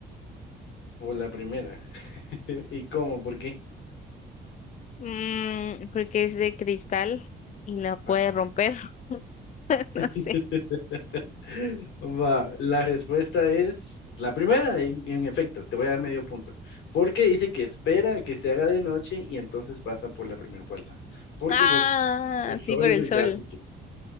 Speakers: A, on the left; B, on the left.
A: Por la primera. <laughs> ¿Y cómo? ¿Por qué?
B: Mm, porque es de cristal y la puede
A: Ajá.
B: romper. <laughs> No sé.
A: <laughs> Va, la respuesta es la primera, en, en efecto, te voy a dar medio punto, porque dice que espera a que se haga de noche y entonces pasa por la primera puerta, porque
B: Ah,
A: pues el sol
B: sí, por
A: es
B: el
A: el
B: sol.
A: que hace que,